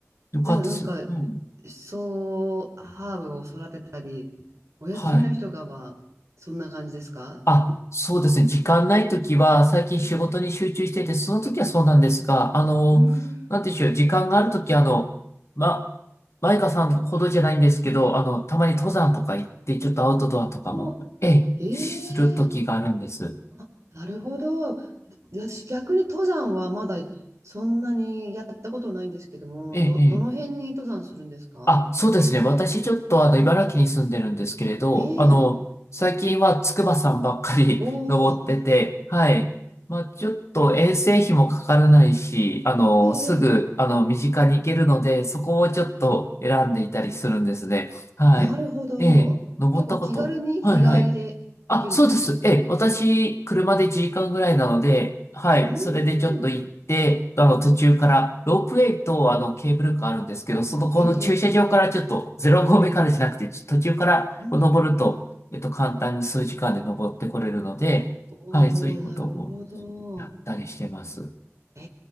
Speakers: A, on the left (about 65°); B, on the right (about 75°).
A: よかったです。
B: じゃあ、なんか、
A: うん。
B: そう、ハーブを育てたり、お休みの日とかは、
A: はい。
B: そんな感じですか
A: あ、そうですね。時間ないときは、最近仕事に集中してて、
B: うん。
A: その時はそうなんですが、あの、
B: うん。
A: なんていうんでしょう、時間があるとき、あの、ま、マイカさんほどじゃないんですけど、あの、たまに登山とか行って、ちょっとアウトドアとかも、
B: お
A: ええ、
B: ー、
A: するときがあるんです。
B: ええあ、なるほど。私、逆に登山はまだそんなにやったことないんですけども、
A: ええ、
B: ど、
A: ええ。
B: どの辺に登山するんですか
A: あ、そうですね。私ちょっとあの、茨城に住んでるんですけれど、
B: ええ。
A: あの、最近は筑波山ばっかり
B: おお、
A: <laughs> 登ってて、
B: あ、
A: はい。まあ、ちょっと遠征費もかからないし、あの、
B: ええ、
A: すぐ、
B: ええ
A: あの、身近に行けるので、そこをちょっと選んでいたりするんですね。はい。
B: なるほど。
A: ええ、登ったこと。
B: 結構気軽に日帰りで行けるんですか
A: はいはい。あ、そうです。ええ、私、車で1時間ぐらいなので、はい、
B: う
A: それでちょっと行って、
B: ーん。
A: あの、途中から、ロープウェイと、あの、ケーブルカーあるんですけど、その、この駐車場からちょっと、
B: ええ、
A: 0合目からじゃなくて、ち途中からこう登ると、
B: うん。
A: えっと、簡単に数時間で登ってこれるので、
B: おお、
A: はい、そういうことを
B: なるほど。
A: やったりしてます。
B: え